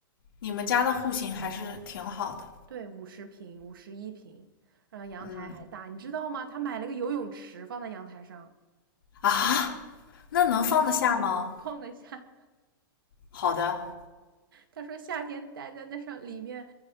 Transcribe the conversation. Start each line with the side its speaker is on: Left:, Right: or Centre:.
Left: 你们家的户型还是挺好的。
Right: 对，五十平、五十一平，然后阳台还大，
Left: 嗯，
Right: 你知道吗？他买了个游泳池放在阳台上，
Left: 啊，那能放得下吗？
Right: 放得下。
Left: 好的，
Right: 他说夏天待在那上里面，